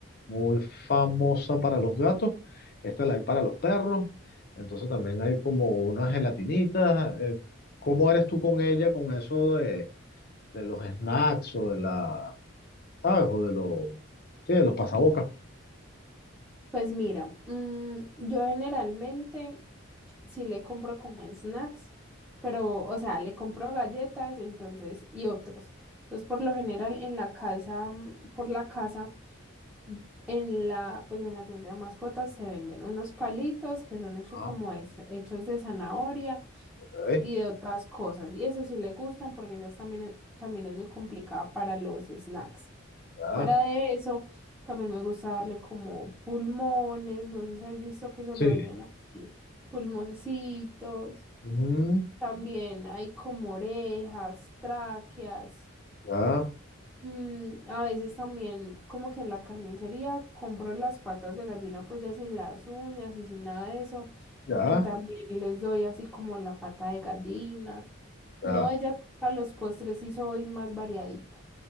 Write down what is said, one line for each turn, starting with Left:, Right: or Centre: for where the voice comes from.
Left: muy famosa para los gatos. Esta la hay para los perros. Entonces también hay como unas gelatinitas. eh, ¿cómo eres tú con ella, con eso de, de los snacks o de la, ¿sabes? O de los, sí, de los pasabocas.
Centre: pues mira, mm, yo generalmente... sí le compro como snacks, pero, o sea, le compro galletas, entonces, y otros. Entonces, por lo general, en la casa, mm, por la casa, mm, en la, pues en la tienda de mascotas se venden unos palitos que son hechos
Left: Ah,
Centre: como es, hechos de zanahoria
Left: ok,
Centre: y de otras cosas. Y eso sí le gustan porque ellas también, es- también es muy complicada para los snacks.
Left: ya,
Centre: Fuera de eso, también me gusta darle como pulmones, no sé si has visto que eso
Left: sí.
Centre: lo venden así, pulmoncitos.
Left: ujú,
Centre: También hay como orejas, tráqueas.
Left: ya,
Centre: mm, a veces también como que en la carnicería compro las patas de gallina pues ya sin las uñas y sin nada de eso.
Left: ya,
Centre: Y también les doy así como la pata de gallina. No,
Left: ya.
Centre: ella a los postres sí soy más variadita.